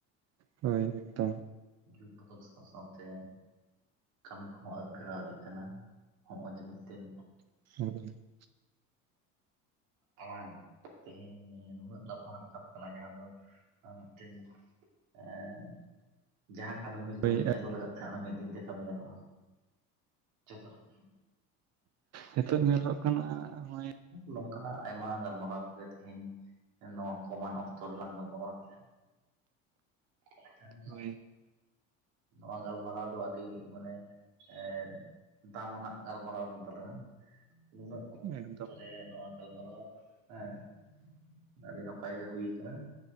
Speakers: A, on the right; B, on the right.
A: ᱦᱳᱭ ᱮᱠᱫᱚᱢ ᱾
B: ᱡᱩᱜᱽ ᱵᱚᱫᱚᱞ ᱥᱟᱶ ᱥᱟᱶᱛᱮ ᱠᱟᱹᱢᱤ ᱠᱚᱦᱚᱸ ᱟᱹᱨᱩ ᱯᱷᱮᱨᱟᱣ ᱤᱫᱤᱜ ᱠᱟᱱᱟ ᱾ ᱦᱚᱸᱜ-ᱚᱭ ᱡᱮ ᱢᱤᱫᱴᱤᱱ
A: <unintelligible>
B: ᱟᱲᱟᱝ ᱛᱮᱦᱮᱧ ᱱᱩᱱᱟᱹᱜ ᱞᱟᱯᱷᱟᱝ ᱨᱟᱠᱟᱵ ᱠᱟᱱᱟ ᱡᱟᱦᱟᱸ ᱫᱚ ᱢᱤᱫᱴᱮᱱ ᱮᱸ ᱡᱟᱦᱟᱸ ᱠᱟᱹᱢᱤ ᱦᱳᱭᱛᱚ
A: ᱦᱳᱭ
B: ᱢᱤᱫ ᱪᱟᱸᱫᱳ ᱞᱟᱜᱟᱜ ᱛᱟᱸᱦᱮᱫ ᱚᱱᱟ ᱢᱤᱫ ᱫᱤᱱᱛᱮ ᱠᱟᱹᱢᱤ ᱜᱟᱱᱚᱜ-ᱟ ᱡᱚᱛᱚ ᱨᱚᱠᱚᱢ᱾
A: ᱦᱤᱛᱳᱜ ᱧᱮᱞᱚᱜ ᱠᱟᱱᱟ ᱱᱚᱸᱜᱼᱚᱭ
B: ᱱᱚᱝᱠᱟᱱᱼᱟᱜ ᱟᱭᱢᱟ ᱜᱟᱞᱢᱟᱨᱟᱣ ᱠᱚᱜᱮ ᱛᱮᱦᱮᱧ ᱱᱚᱣᱟ ᱠᱚᱢᱟᱱ ᱚᱠᱛᱚ ᱨᱮᱞᱟᱝ ᱜᱟᱞᱢᱟᱨᱟᱣ ᱠᱮᱫᱟ᱾ ᱮᱠᱷᱟᱱ
A: ᱦᱳᱭ
B: ᱱᱚᱣᱟ ᱜᱟᱞᱢᱟᱨᱟᱣ ᱫᱚ ᱟᱹᱰᱤ ᱢᱟᱱᱮ ᱮᱸ ᱫᱟᱢ ᱟᱱᱟᱜ ᱜᱟᱞᱢᱟᱨᱟᱣ ᱠᱟᱱ ᱛᱟᱞᱟᱝᱟ ᱱᱩᱱᱟᱹᱜ
A: ᱮᱠᱫᱚᱢ ᱾
B: ᱮᱸᱜ ᱱᱚᱣᱟ ᱜᱟᱞᱢᱟᱨᱟᱣ ᱦᱮᱸ ᱟᱹᱰᱤ ᱱᱟᱯᱟᱭ ᱜᱮ ᱦᱩᱭ ᱠᱟᱱᱟ᱾